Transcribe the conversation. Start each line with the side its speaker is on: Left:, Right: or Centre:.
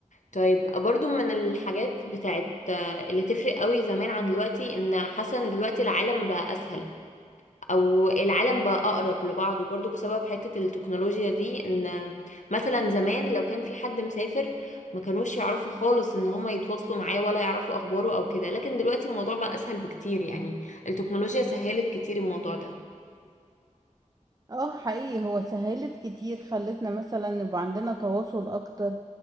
Left: طيب برضو من الحاجات بتاعت اللي تفرق قوي زمان عن دلوقتي ان حاسه ان دلوقتي العالم بقى اسهل او العالم بقى اقرب لبعضه برضو بسبب حتة التكنولوجيا دي ان مثلا زمان لو كان في حد مسافر ما كانوش يعرفوا خالص ان هما يتواصلوا معاه ولا يعرفوا اخباره او كده لكن دلوقتي الموضوع بقى اسهل بكتير يعني التكنولوجيا سهلت كتير الموضوع ده
Right: اه حقيقي هو سهلت كتير خلتنا مثلا نبقى عندنا تواصل اكتر